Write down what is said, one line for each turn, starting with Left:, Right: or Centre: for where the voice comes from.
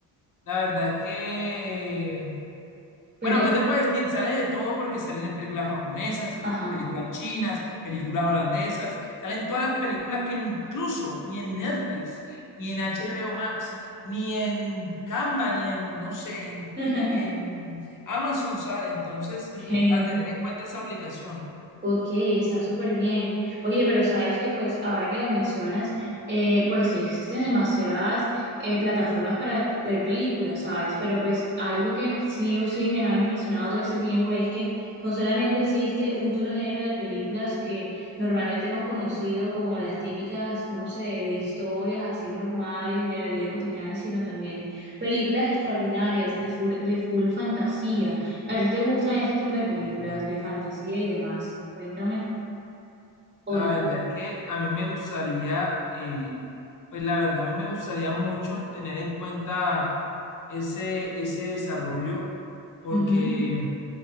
Left: la verdad es que
Right: Pero,
Left: Bueno, ¿qué te puedo decir? Sale de todo porque salen en películas japonesas,
Right: ajá.
Left: películas chinas, películas holandesas, salen todas las películas que incluso ni en Netflix, ni en HBO Max, ni en Canva, ni en, no sé, en,
Right: <laughs>
Left: en Amazon sale. Entonces,
Right: Ok.
Left: a tener en cuenta esa aplicación.
Right: Ok, está súper bien. Oye, pero sabes que pues ahora que lo mencionas, eh, pues sí existen demasiadas eh, plataformas para ver películas, ¿sabes? Pero pues algo que sí o sí me ha impresionado todo este tiempo es que no solamente existe un solo género de películas que normalmente hemos conocido como las típicas, no sé, de historias así normales de la vida cotidiana, sino también películas extraordinarias de, fu- de full fantasía ¿A ti te gustan ese tipo de películas de fantasía y demás? Cuéntame.
Left: La
Right: ¿O no?
Left: verdad es que a mí me gustaría, eh, pues la verdad, a mí me gustaría mucho tener en cuenta ese, ese desarrollo porque...
Right: Ujú,